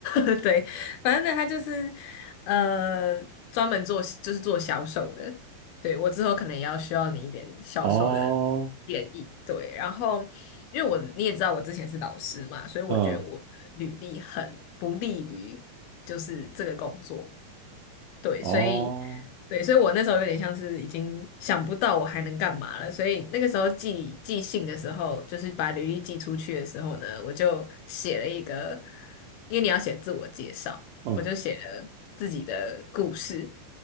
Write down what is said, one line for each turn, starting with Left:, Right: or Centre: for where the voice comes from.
Left: <laughs> 对，反正呢，他就是呃，专门做就是做销售的。对，我之后可能也要需要你一点销售的
Right: 哦，
Left: 建议。对，然后因为我你也知道我之前是老师嘛，所以我觉得我的履历很不利于就是这个工作。
Right: 嗯，
Left: 对，
Right: 哦，
Left: 所以对，所以我那时候有点像是已经想不到我还能干嘛了，所以那个时候寄寄信的时候，就是把履历寄出去的时候呢，我就写了一个，因为你要写自我介绍，
Right: 嗯，
Left: 我就写了自己的故事，